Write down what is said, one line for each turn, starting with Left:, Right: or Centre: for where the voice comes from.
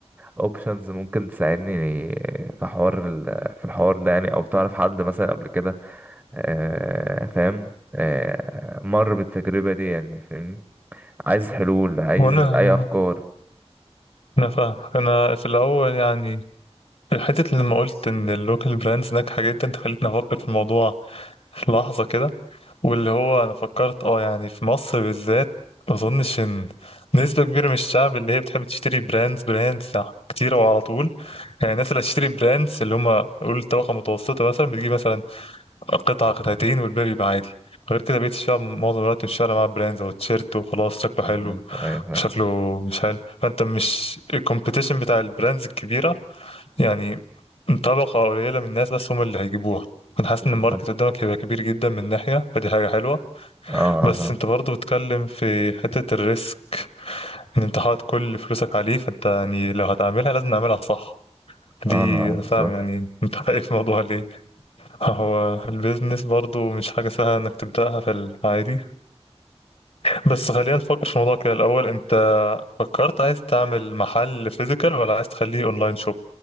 Right: اوبشنز ممكن تساعدني في حوار ال- في الحوار ده يعني او تعرف حد مثلا قبل كده آه، فاهم آه، مر بالتجربة دي يعني فاهمني عايز حلول عايز
Left: هو انا
Right: اي افكار
Left: انا فاهم انا في الاول يعني في الحته اللي لما قلت ان اللوكال براندز ناجحه جدا انت خليتني افكر في الموضوع في لحظه كده واللي هو انا فكرت اه يعني في مصر بالذات ما اظنش ان نسبه كبيره من الشعب اللي هي بتحب تشتري براندز براندز كتير وعلى طول يعني الناس اللي هتشتري براندز اللي هم قول طبقه متوسطه مثلا بتجيب مثلا قطعه قطعتين والباقي بيبقى عادي غير كده بقيت الشعب معظم الوقت مش فارق معاه براندز او تيشيرت وخلاص شكله
Right: مظبوط
Left: حلو
Right: ايوه فاهم
Left: شكله مش حلو فانت مش الكومبيتيشن بتاع البراندز الكبيره يعني طبقه قليله من الناس بس هم اللي هيجيبوها انا حاسس
Right: بالظبط
Left: ان الماركت قدامك هيبقى كبير جدا من ناحيه فدي حاجه حلوه
Right: اه
Left: بس
Right: اه
Left: انت برضو بتتكلم في حتة الريسك ان انت حاطط كل فلوسك عليه فانت يعني لو هتعملها لازم نعملها صح دي
Right: اه آه،
Left: انا
Right: بالظبط
Left: فاهم يعني انت <laughs> خايف من الموضوع ليه هو البيزنس برضو مش حاجة سهلة انك تبدأها في العادي بس خلينا نفكر في الموضوع كده الاول انت فكرت عايز تعمل محل فيزيكال ولا عايز تخليه اونلاين شوب